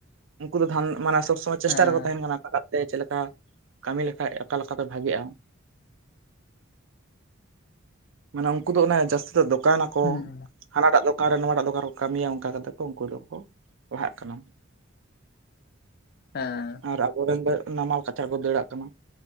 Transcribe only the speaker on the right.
ᱩᱱᱠᱩ ᱫᱚ ᱫᱷᱟᱱ ᱢᱟᱱᱮ ᱥᱚᱵ ᱥᱚᱢᱚᱭ ᱪᱮᱥᱴᱟ
ᱨᱮᱠᱚ ᱛᱟᱦᱮᱸᱱ ᱠᱟᱱᱟ᱾ ᱥᱮ ᱪᱮᱫ ᱞᱮᱠᱟ ᱠᱟᱹᱢᱤ ᱞᱮᱠᱷᱟᱡ ᱚᱠᱟ ᱞᱮᱠᱟᱛᱮ ᱵᱷᱟ. ᱜᱤᱜᱼᱟ᱾ ᱢᱟᱱᱮ ᱩᱱᱠᱩ ᱫᱚ ᱚᱱᱮ ᱡᱟᱹᱥᱛᱤ ᱫᱚ ᱫᱚᱠᱟᱱᱟᱠᱚ᱾
ᱦᱟᱱᱟᱴᱟᱜ ᱫᱚ ᱟᱨ ᱱᱚᱣᱟᱴᱟᱜ ᱫᱚᱠᱟᱱ ᱨᱮᱠᱚ ᱠᱟᱹᱢᱤᱭᱟ᱾ ᱚᱱᱠᱟ ᱠᱟᱛᱮ ᱠᱚ ᱩᱱᱠᱩ ᱫᱚᱠᱚ ᱞᱟᱦᱟᱜ ᱠᱟᱱᱟ᱾
ᱟᱨ ᱟᱵᱚᱨᱮᱱ ᱫᱚ ᱱᱟᱢᱟᱞ ᱠᱟᱪᱟ ᱠᱚ ᱫᱟᱹᱲᱟᱜ ᱠᱟᱱᱟ᱾